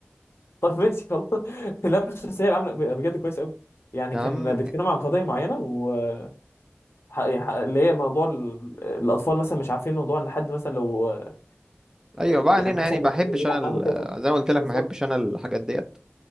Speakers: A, on the left; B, on the right.
A: <laughs> طب ماشي خلاص <laughs> لام شمسيه عامله ب- بجد كويس قوي يعني
B: يا
A: كان
B: عم
A: بيتكلم عن قضيه معينه و ح- يعني ح- اللي هي موضوع ال- الاطفال مثلا مش عارفين موضوع ان حد مثلا لو آه،
B: ايوه بقى
A: يعني
B: علينا يعني
A: مثلا
B: بحبش
A: يلعب
B: انا ال-
A: معاهم كده
B: زي ما قلت لك
A: بالظبط
B: ما بحبش انا الحاجات ديت